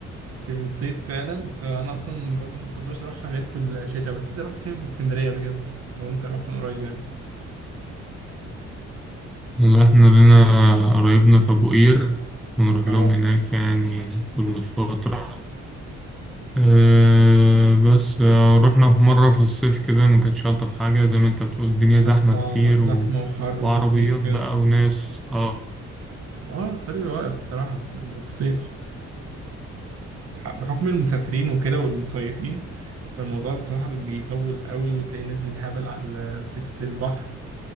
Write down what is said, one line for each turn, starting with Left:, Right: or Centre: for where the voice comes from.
Right: في الصيف فعلا فأنا أصلا برضو مبفضلش أروحها غير في الشتاء بس أنت رحت فين في اسكندرية قبل كده؟ لو أنت رحت من قريب يعني
Centre: إن إحنا لنا قرايبنا في أبو قير ونروح
Right: اه
Centre: لهم هناك يعني كل فترة أه بس آه، رحنا في مرة في الصيف كده ما كانتش ألطف حاجة زي ما أنت بتقول الدنيا زحمة
Right: كانت صعبة
Centre: كتير
Right: زحمة
Centre: و...
Right: وحر
Centre: وعربيات
Right: وتلزيق وكده
Centre: بقى وناس اه
Right: اه الطريق واقف الصراحة في في الصيف ح- بحكم المسافرين وكده والمصيفين فالموضوع بصراحة بيطول قوي وتلاقي الناس بالهبل على سكة البحر